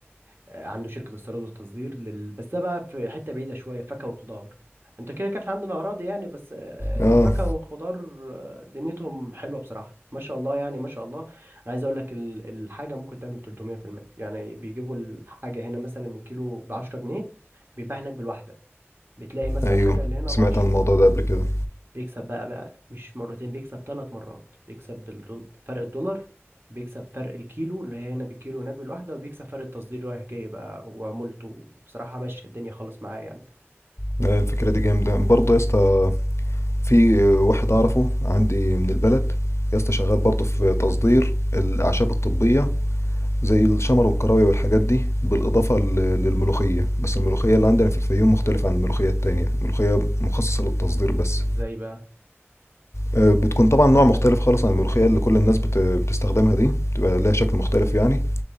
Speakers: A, on the right; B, on the left.
A: آه، عنده شركة استيراد وتصدير لل... بس ده بقى في حتة بعيدة شوية فاكهة والخضار انت كده كان عندنا أراضي يعني بس آه،
B: اه
A: الفاكهة والخضار آه، دنيتهم حلوة بصراحة ما شاء الله يعني ما شاء الله أنا عايز أقول لك ال- الحاجة ممكن تعمل 300% يعني بيجيبوا الحاجة هنا مثلا الكيلو ب 10 جنيه بيتباع هناك بالواحدة بتلاقي مثلا
B: ايوه
A: الحاجة اللي هنا
B: سمعت
A: ب 10
B: عن الموضوع ده قبل كده
A: بيكسب بقى بقى مش مرتين بيكسب ثلاث مرات بيكسب بالدول- فرق الدولار بيكسب فرق الكيلو اللي هي هنا بالكيلو هناك بالواحدة وبيكسب فرق التصدير رايح جاي بقى وعمولته بصراحة ماشية الدنيا خالص معايا يعني
B: لا الفكرة دي جامدة برضه يا اسطى في واحد اعرفه عندي من البلد يا اسطى شغال برضه في تصدير الأعشاب الطبية زي الشمر والكراوية والحاجات دي بالإضافة لل- للملوخية بس الملوخية اللي عندنا في الفيوم مختلفة عن الملوخية التانية الملوخية مخصصة للتصدير
A: <laughs>
B: بس
A: ازاي بقى
B: آه، بتكون طبعا نوع مختلف خالص عن الملوخية اللي كل الناس بت- بتستخدمها دي بتبقى لها شكل مختلف يعني